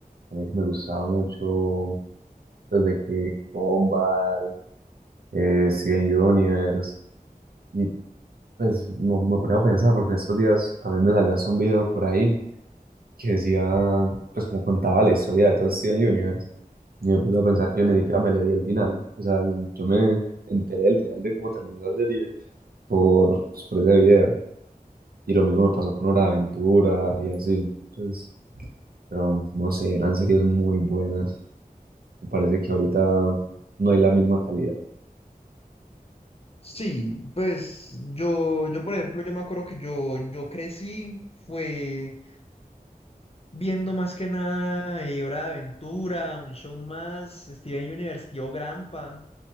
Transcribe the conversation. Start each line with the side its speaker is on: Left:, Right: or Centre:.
Right: a mí que me gustaba mucho, pues de que Gumball, eh, Steven Universe, y pues me, me ponía a pensar porque en estos días también me salió hasta un video por ahí que decía, pues como contaba la historia de todo Steven Universe. Y me puse a pensar que yo ni siquiera me le di el final. O sea, el- yo me enteré del final de cómo terminó esa serie por, pues, por ese video. Y lo mismo me pasó con Hora de Aventura y así. Entonces, pero no sé, eran series muy buenas. Me parece que ahorita no hay la misma calidad.
Left: Sí, pues yo, yo por ejemplo, yo me acuerdo que yo, yo crecí, fue viendo más que nada eh, Hora de Aventura, un show más, Steven Universe, Tío Grampa,